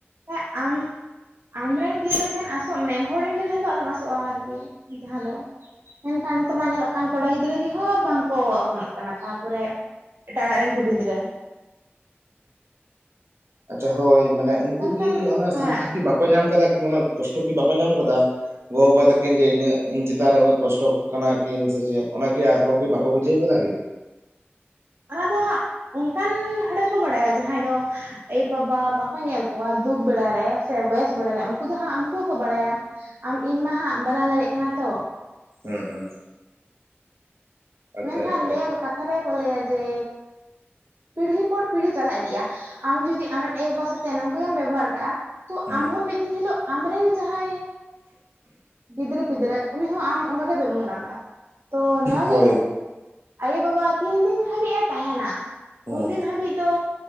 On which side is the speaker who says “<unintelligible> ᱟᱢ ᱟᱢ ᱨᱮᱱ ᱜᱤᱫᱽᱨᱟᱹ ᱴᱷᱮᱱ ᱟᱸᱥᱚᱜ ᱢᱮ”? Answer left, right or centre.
Right